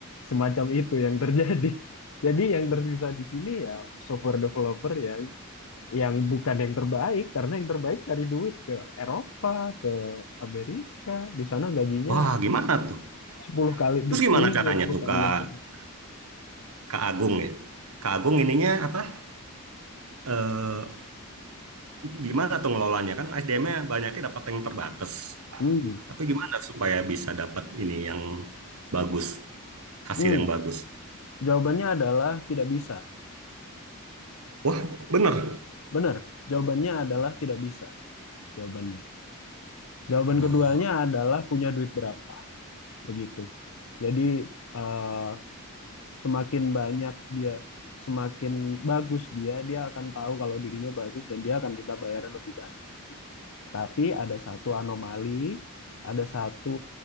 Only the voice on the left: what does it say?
Semacam itu yang <laughs> terjadi. Jadi yang tersisa di sini ya software developer yang yang bukan yang terbaik karena yang terbaik cari duit ke Eropa, ke Amerika. Di sana gajinya
se-
10 kali
sepuluh
dua puluh
kali
lebih.
Hmm.
Hmm.
Jawabannya adalah tidak bisa.
Benar, jawabannya adalah tidak bisa jawabannya. Jawaban
keduanya adalah punya duit berapa, begitu. Jadi eh, semakin banyak dia semakin bagus dia dia akan tahu kalau dirinya bagus dan dia akan minta bayaran lebih banyak gitu tapi ada satu anomali ada satu